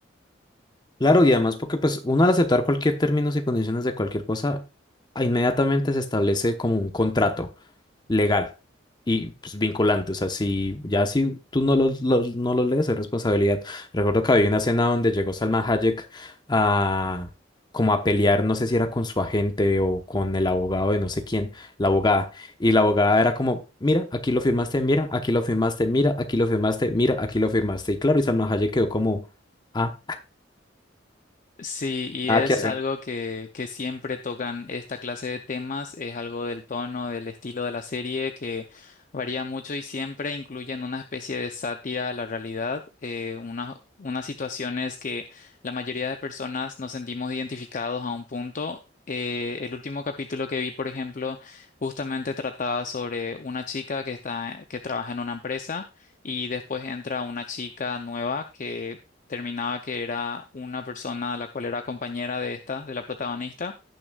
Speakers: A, on the left; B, on the left.
A: Claro, y además porque pues uno al aceptar cualquier términos y condiciones de cualquier cosa, inmediatamente se establece como un contrato. legal y pues, vinculante. O sea, si ya si tú no los, los- no los lees, es responsabilidad. Recuerdo que había una escena donde llegó Salma Hayek a como a pelear, no sé si era con su agente o con el abogado de no sé quién, la abogada. Y la abogada era como, mira, aquí lo firmaste, mira, aquí lo firmaste, mira, aquí lo firmaste, mira, aquí lo firmaste. Y claro, y Salma Hayek quedó como, ah,
B: Sí, y
A: Nada
B: es
A: que hacer.
B: algo que, que siempre tocan esta clase de temas, es algo del tono, del estilo de la serie que varía mucho y siempre incluyen una especie de sátira a la realidad, eh, unas, unas situaciones que la mayoría de personas nos sentimos identificados a un punto. Eh, el último capítulo que vi, por ejemplo, justamente trataba sobre una chica que está, que trabaja en una empresa y después entra una chica nueva que terminaba que era una persona la cual era compañera de esta, de la protagonista,